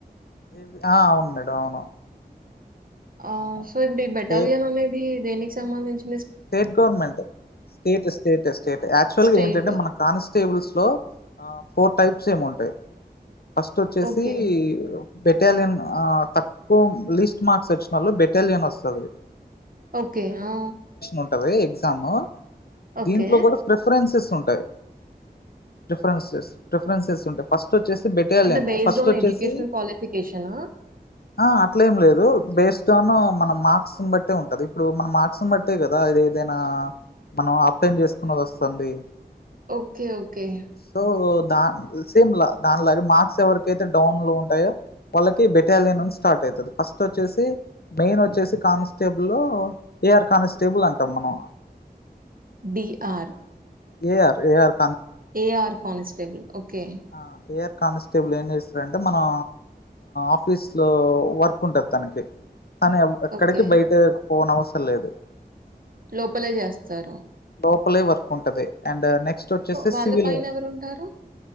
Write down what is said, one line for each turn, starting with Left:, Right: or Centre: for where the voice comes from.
Left: ఇవి ఆ అవును మేడం అవును
Right: ఆ
Left: అవును
Right: సో ఇప్పుడు ఈ బెటాలియన్
Left: స్టేట్
Right: అనేది దేనికి సంబంధించి
Left: state government state state state actual
Right: స్టేట్.
Left: గా ఏంటంటే మన కానిస్టేబుల్స్ లో ఆ ఫోర్ టైప్స్ ఏమో ఉంటాయి ఫస్ట్ వచ్చేసి
Right: ఓకే.
Left: బెటాలియన్ ఆ తక్కువ లీస్ట్ మార్క్స్ వచ్చిన వాళ్ళు బెటాలియన్ వస్తది
Right: ఓకే ఆ
Left: ఉంటది ఎక్జామ్
Right: ఓకే.
Left: దీంట్లో కూడా ప్రిఫరెన్సెస్ ఉంటాయి ప్రిఫరెన్సెస్ ప్రిఫరెన్సెస్ ఉంటాయి ఫస్ట్ ఫట్ వచ్చేసి బెటాలియన్
Right: అంటే బేస్డ్
Left: ఫస్ట్
Right: ఆన్
Left: వచ్చేసి
Right: ఎడ్యుకేషనల్ క్వాలిఫికేషనా?
Left: ఆ అట్లా ఏం లేదు బేస్ట్ మన మార్క్స్ ను బట్టి ఉంటది ఇప్పుడు మన మార్క్స్ ను బట్టి అంతే కదా ఇది ఏదైనా మనం అప్లై చేసుకున్నది వస్తుంది.
Right: ఓకే ఓకే
Left: సో దా సేమ్ లా దాని లాగే మార్క్స్ ఎవరికైతే డౌన్ లో ఉంటాయో వాళ్ళకి బెటాలియన్ నుండి స్టార్ట్ అయితది ఫస్ట్ వచ్చేసి మెయిన్ వచ్చేసి కానిస్టేబుల్లో ఏ ఆర్ కానిస్ టేబుల్ అంటాం మనం
Right: D. R
Left: A. R, A. R
Right: A. R constable okay
Left: ఆ ఏఆర్ కానిస్టేబుల్ ఏం చేస్తారంటే మనం ఆఫీస్ లో వర్క్ ఉంటది తనకి తను ఎక్కడికి
Right: ఓకే.
Left: బయటెక్ పోను అవసరం లేదు
Right: లోపలే చేస్తారు
Left: లోపలే వర్క్ ఉంటది. అండ్ నెక్స్ట్ వచ్చేసి
Right: వాళ్ళ
Left: సివిలియన్
Right: పైనెవరుంటారు?